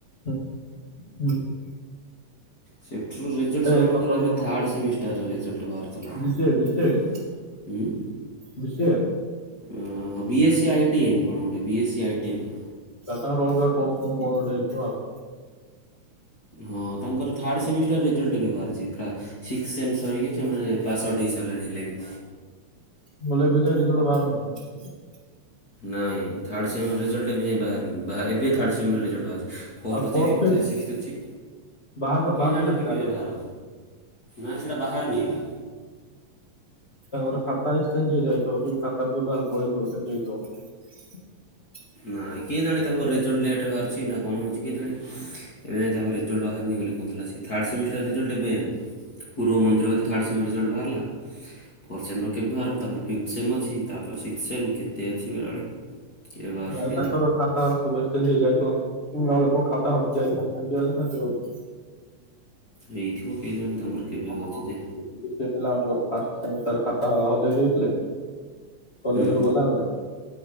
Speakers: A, on the left; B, on the left.
A: ହୁଁ ହୁଁ।
B: ସେଠୁରୁ ରେଜଲ୍ଟ ସେମାନଙ୍କର
A: ଏ ତାଙ୍କର
B: ଏବେ
A: କଣ
B: ଥାର୍ଡ ସେମିଷ୍ଟାରର ରେଜଲ୍ଟ ବାହାର ଥିଲା
A: ବି ସି ଏ ବି ସି ଏ କି
B: ହୁଁ-ହୁଁ
A: ବି ସି ଏ
B: ହଁ-ହଁ। B S C ID M କଣ ଗୋଟେ B S C ID M.
A: ତା ସାଙ୍ଗର ଅଲଗା କୋର୍ସ କଣ କଣ ଗୋଟେ ହେଇଥିବା ଆଉ।
B: ହଁ ତାଙ୍କର ଥାର୍ଡ଼ ସେମିଷ୍ଟର ରେଜଲ୍ଟ ବି ବାହାରିଛି ପ୍ରା ଶିକ୍ଷ୍ଥ ସେମ୍ ସରିକି ସେମାନେ ପାସ୍ ଆଉଟ୍ ହେଇସାରିଲେଣି ହେଲେ ବି।
A: ଭଲ ଏବେ ଯା ରେଜ୍ଲଟ୍ ବାହାରୁ ନଥିଲା।
B: ନାଇଁ ଥାର୍ଡ ସେମିର ରେଜଲ୍ଟ ଏବେ ଯାଏ ବାହାରିନି ଏବେ ଥାଡ ସେମିର ରେଜଲ୍ଟ ବାହାରି ଫୋର୍ଥ
A: ଆଉ
B: ଅଛି ଫିଫ୍ଥ୍
A: ଫିଫ୍ଥ
B: ଅଛି ସିକ୍ସ୍ଥ ଅଛି
A: ବାହାର
B: କିଏ
A: ବାହାରିଥିଲା
B: ଜାଣିବେ
A: ସେଇଟା
B: କେବେ
A: ଆଗ
B: ବାହାର ନାଇଁ ସେଟା ବାହାରିନି‌ ଏକା।
A: ତାଙ୍କର ଖାତା ଏକ୍ସଚେଞ୍ଜ ହେଇଯାଇଥିବ କି ଖାତା ଭୁଲ ଭାଲ ପଳେଇଥିବ ସେମତି ହେଇଥିବ।
B: ନାଇଁ କିଏ ଜାଣି ତାଙ୍କର ରେଜଲଟ ଲେଟ୍ ବାହାରିଛି ନା କଣ ହଉଛି କେଜାଣି। ଏବେଯାଏ ତାଙ୍କ ରେଜଲ୍ଟ ବାହାରିନି ବୋଲି କହୁଥିଲା ସେ ଥାର୍ଡ ସେମିଷ୍ଟାର ରେଜଲ୍ଟ ଏବେ ପୂରବ ମନ୍ଦିରକତି ଥାର୍ଡ ସେମି ରେଜଲ୍ଟ ବାହାରିଲା? ଫୋର୍ ସେମର କେବେ ବାହାରିବ ତାପରେ ଫିଥ ସେମ୍ ଅଛି ତାପରେ ସିକ୍ସଥ ସେମ୍ କେତେ ଅଛି ବେଳେବେଳେ। କେବେ ବାହାରୁଛି
A: ଯାଉ
B: କେଜାଣି
A: ତାଙ୍କର ଖା ସବୁ ଏକ୍ସଚେଞ୍ଜ ହେଇଯାଇଥିବ ନ ହେଲେ କୋଉ ଖାତା ହଜି ଯାଇଥିବ। ଏମତି ହେଲେ କେମତି ହବ।
B: ହେଇଥିବ କେହି ଜଣେ ତାଙ୍କର କେବେ
A: ଆମର
B: ହେଉଛି
A: ଯୋଉ
B: ଯେ
A: ଉଁ ଗୋଟେ ପିଲାଙ୍କର ଫାଷ୍ଟ ସେମିଷ୍ଟାର ଖାତା ହଜେଇ ଦେଇଥିଲେ। କଲେଜ
B: ହୁଁ
A: ରୁ ଗଲାବେଳେ